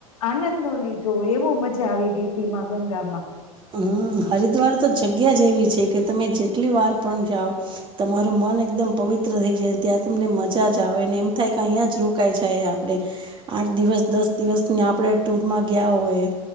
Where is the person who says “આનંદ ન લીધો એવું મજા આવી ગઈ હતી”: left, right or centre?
Left